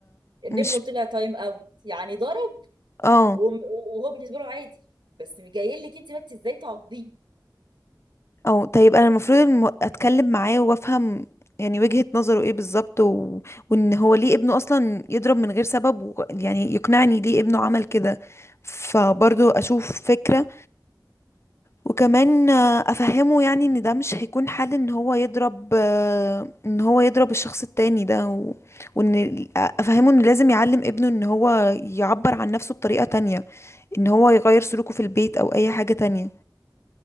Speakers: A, on the right (about 85°); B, on the left (about 35°).
A: ان
B: مش
A: ابنه طلع تايم اوت يعني ضرب
B: اه
A: وم- وهو بالنسبه له عادي بس جاي لك انت بقى إنت ازاي تعاقبيه
B: او طيب انا المفروض الم- اتكلم معاه وافهم يعني وجهة نظره ايه بالظبط و... وان هو ليه ابنه اصلا يضرب من غير سبب و... يعني يقنعني ليه ابنه عمل كده فبرضه
A: اوكي
B: اشوف فكرة وكمان آه، افهمه يعني ان ده مش هيكون حل ان هو يضرب آه، ان هو يضرب الشخص التاني ده و... وان افهمه ان لازم يعلم ابنه ان هو يعبر عن نفسه بطريقة تانية ان هو يغير سلوكه في البيت او اي حاجة تانية